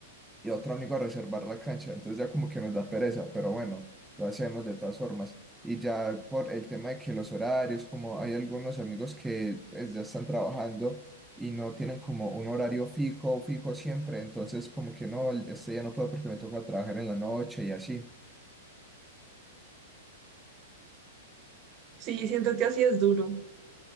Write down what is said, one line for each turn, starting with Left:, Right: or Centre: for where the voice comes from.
Centre: y otro amigo a reservar la cancha, entonces ya como que nos da pereza, pero bueno, lo hacemos de todas formas. Y ya por el tema de que los horarios, como hay algunos amigos que pues, ya están trabajando y no tienen como un horario fijo, fijo siempre, entonces como que no, este ya no puedo porque me toca trabajar en la noche y así.
Right: sí, siento que así es duro.